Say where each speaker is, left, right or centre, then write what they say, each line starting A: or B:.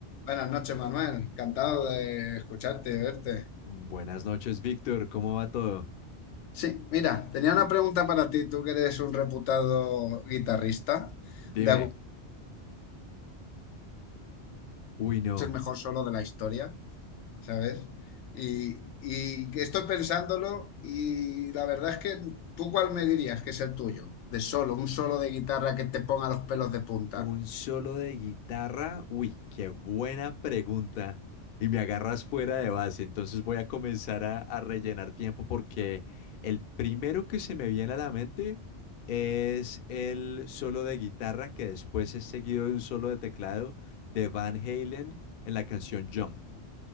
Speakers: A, on the left; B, on the left.
A: Buenas noches, Manuel. Encantado de escucharte y de verte.
B: Buenas noches, Víctor. ¿Cómo va todo?
A: Sí, mira, tenía una pregunta para ti, tú que eres un reputado guitarrista,
B: Dime.
A: de algún
B: Uy, no.
A: es el mejor solo de la historia, ¿sabes? Y, y que estoy pensándolo y la verdad es que tú cuál me dirías que es el tuyo, de solo, un solo de guitarra que te ponga los pelos de punta.
B: ¿Un solo de guitarra? Uy, qué buena pregunta. Y me agarras fuera de base. Entonces voy a comenzar a, a rellenar tiempo porque el primero que se me viene a la mente es el solo de guitarra que después es seguido de un solo de teclado de Van Halen en la canción Jump.